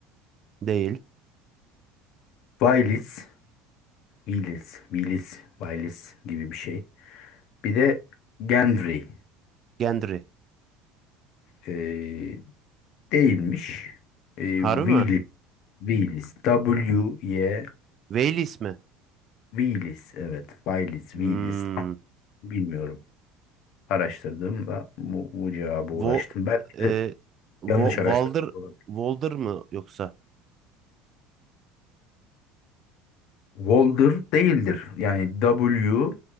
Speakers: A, on the right; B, on the left.
A: Değil.
B: Vaylits, Willis, Willis, Willis gibi bir şey. Bir de Gendry
A: Gendry.
B: eee, değilmiş. Eee
A: Harbi
B: Willis,
A: mi?
B: Willis, W-Y,
A: Wales mi?
B: Willis. Evet, Willis, Willis.
A: Hmm.
B: Tam Bilmiyorum. Araştırdığımda bu, bu cevaba ulaştım.
A: Vo,
B: Belki de
A: e, Vo,
B: yanlış araştırmış
A: Walder,
B: olabilir.
A: Walder mı yoksa?
B: Volder değildir. Yani W,